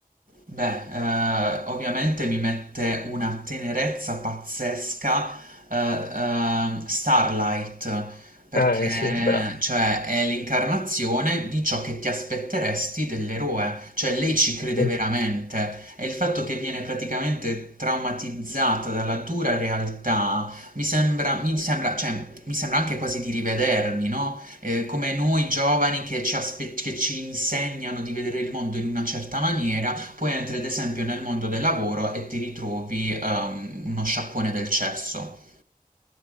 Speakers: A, on the right; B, on the left.
A: Beh, eh, ovviamente mi mette una tenerezza pazzesca, eh, ehm, Starlight, perché
B: Eh sì, bravo,
A: cioè, è l'incarnazione di ciò che ti aspetteresti dell'eroe, cioè lei ci crede
B: Sì,
A: veramente e il fatto che viene praticamente traumatizzata dalla dura realtà mi sembra, mi sembra, cioè, mi sembra anche quasi di rivedermi, no? Eh, come noi giovani che ci aspe- che ci insegnano di vedere il mondo in una certa maniera poi entri ad esempio nel mondo del lavoro e ti ritrovi ehm, uno sciacquone del cesso.